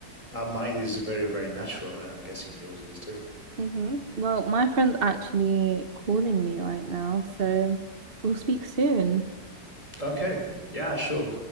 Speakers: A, on the left; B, on the right.
A: uh, mine is very, very natural, and I'm guessing yours is too.
B: Mm-hmm. Well, my friend's actually calling me right now, so we'll speak soon.
A: Okay, yeah, sure.